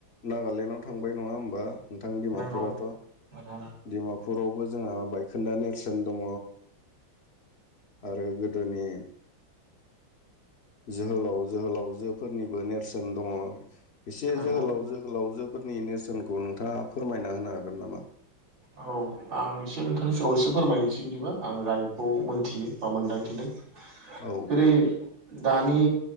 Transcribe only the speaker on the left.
नागालेण्डआव थांबाय नङा होमबा नोंथां डिमापुराथ'
डिमापुरावबो जोंहा बायखोन्दा नेरसोन दङ आरो गोदोनि जोहोलाव जोहोलावजोफोरनिबो नेरसोन दङ एसे
जोहोलाव जोहोलावजो फोरनि नेरसोनखौ नोंथाङा फोरमायना होनो हागोन नामा?
औ